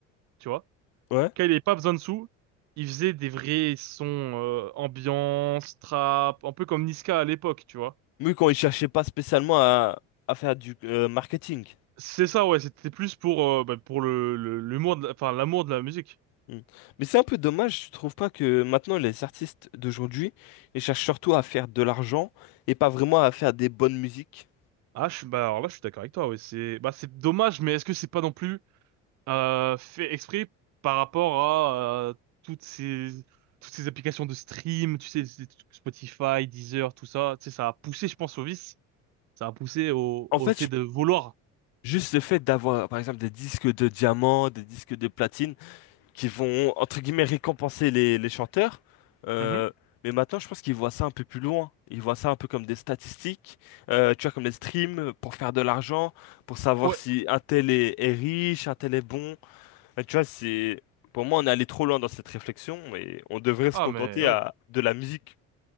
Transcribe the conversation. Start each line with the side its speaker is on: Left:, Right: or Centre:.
Right: tu vois
Left: Ouais.
Right: quand il n'y avait pas besoin de sous, il faisait des vrais sons euh, ambiance, trap, un peu comme Niska à l'époque, tu vois.
Left: Oui, quand il cherchait pas spécialement à, à faire du euh, marketing.
Right: C'est ça, ouais, c'était plus pour, euh, bah, pour le, le, l'humour de la- enfin, l'amour de la musique.
Left: Mm. Mais c'est un peu dommage, tu trouves pas que maintenant les artistes d'aujourd'hui, ils cherchent surtout à faire de l'argent et pas vraiment à faire des bonnes musiques.
Right: Ah, je, suis- bah, alors là, je suis d'accord avec toi, ouais, c'est, bah, c'est dommage, mais est-ce que c'est pas non plus, euh, fait exprès par rapport à, euh, toutes ces, toutes ces applications de stream, tu sais, c'est- Spotify, Deezer, tout ça, tu sais, ça a poussé, je pense, au vice, ça a poussé au,
Left: En
Right: au
Left: fait,
Right: fait
Left: je-
Right: de vouloir.
Left: juste le fait d'avoir, par exemple, des disques de diamant, des disques de platine, qui vont, entre guillemets, récompenser les, les chanteurs. euh,
Right: Mhm.
Left: mais maintenant, je pense qu'ils voient ça un peu plus loin. Ils voient ça un peu comme des statistiques, euh, tu vois, comme des streams pour faire de l'argent, pour savoir
Right: Ouais.
Left: si un tel est, est riche, un tel est bon. Ah, Tu vois, c'est pour moi, on est allé trop loin dans cette réflexion et on devrait se
Right: Ah,
Left: contenter
Right: mais oui.
Left: à de la musique